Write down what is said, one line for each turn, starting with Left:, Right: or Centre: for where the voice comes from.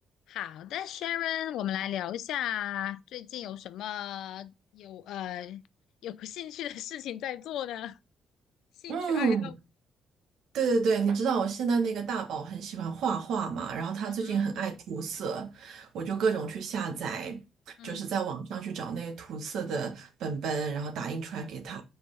Left: 好的，Sharon，我们来聊一下最近有什么有呃有兴趣的事情在做呢？兴趣爱好？
Right: 嗯，对对对，你知道我现在那个大宝很喜欢画画嘛，然后他最近很爱涂色，
Left: 嗯哼，
Right: 我就各种去下载，
Left: 嗯
Right: 就是在网上去找那些涂色的本本，然后打印出来给他，